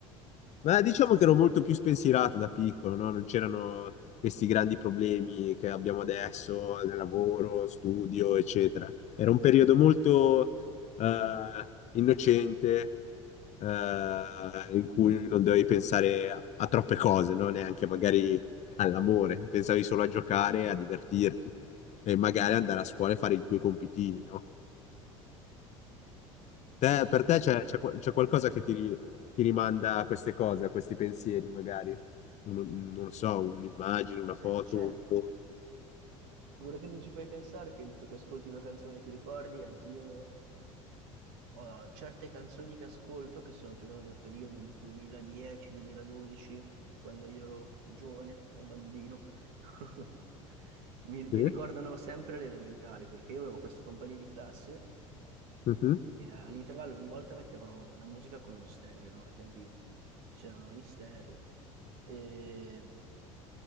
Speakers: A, on the left; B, on the right.
A: Ma diciamo che ero molto più spensierato da piccolo, no? Non c'erano questi grandi problemi che abbiamo adesso, del lavoro, studio, eccetera. Era un periodo molto eh, innocente, eh, in cui non dovevi pensare a, a troppe cose, no? Neanche magari all'amore, pensavi solo a giocare, a divertirti e magari
B: Oh sì,
A: andare a scuola e fare i tuoi compitini, no?
B: Oh,
A: Te-
B: sì,
A: per
B: che,
A: te c'è
B: te- che
A: c'è
B: tempi
A: qual- c'è qualcosa
B: che erano.
A: che ti, ri- ti rimanda a queste cose, a questi pensieri, magari? Un- non lo so, un'immagine, una foto.
B: Eh, certo.
A: boh.
B: Ora che mi ci fai pensare, che hai detto che ascolti una canzone e ti ricordi, anch'io ho certe canzoni che ascolto che sono più o meno del periodo 2010-2012, quando io ero giovane e bambino. <laughs> Mi, mi
A: Sì?
B: ricordano sempre le elementari, perché io avevo queste compagnie di classe
A: Mhm.
B: E eh, all'intervallo ogni volta mettevano la musica con uno stereo, no? Ai tempi c'erano gli stereo e,